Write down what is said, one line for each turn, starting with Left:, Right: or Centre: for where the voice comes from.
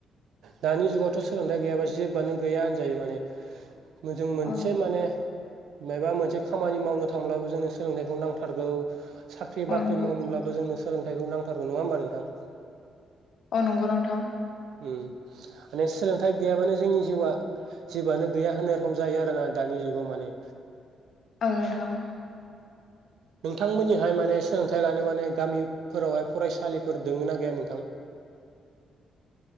Right: दानि जुगावथ' सोलोंथाइ गैयाबा जेबोआनो गैया होनजायो माने मोजां मोनसे
Left: औ
Right: माने। मायबा मोनसे खामानि मावनो थांब्लाबो जोंनो सोलोंथाइखौ नांथारगौ साख्रि
Left: औ
Right: बाख्रि
Left: नंगौ
Right: मावनोब्लाबो जोंनो सोलोंथाइखौ नांथारगौ नङा होमबा नोंथां
Left: औ नंगौ नोंथां
Right: ओ माने सोलोंथाइ गैयाबानो जोंनि जिवा जेबोयानो गैया होननाय रखम जायो आरो ना दानि नि जुगाव माने
Left: औ नोंथां
Right: बिथांमोननिहाय माने सोलोंथाइ लानो माने गामिफोरावहाय फरायसालिफोर दोङो ना गैया नोंथां